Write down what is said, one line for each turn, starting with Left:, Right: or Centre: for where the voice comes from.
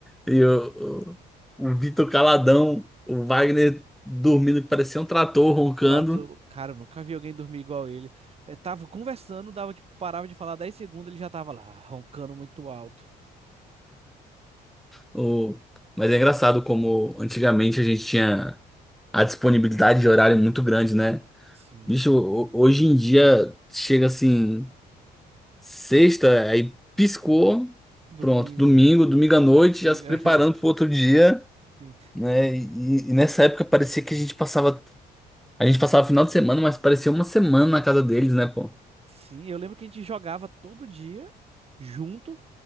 Centre: E o, o, o Vitor caladão, o Wagner dormindo que parecia um trator roncando.
Right: Trato, cara, eu nunca vi alguém dormir igual ele. Eu tava conversando, dava, tipo, parava de falar 10 segundos, ele já tava lá, ah, roncando muito alto.
Centre: O... Mas é engraçado como antigamente a gente tinha a disponibilidade de horário muito grande, né?
Right: Sim,
Centre: Bicho,
Right: sim.
Centre: ho- hoje em dia chega assim, sexta, aí piscou,
Right: Domingo,
Centre: pronto, domingo, domingo à noite,
Right: domingo,
Centre: já se preparando
Right: <laughs>
Centre: para outro dia,
Right: sim.
Centre: né? E, e nessa época parecia que a gente passava, a gente passava o final de semana, mas parecia uma semana na casa deles, né, pô?
Right: Sim, eu lembro que a gente jogava todo dia junto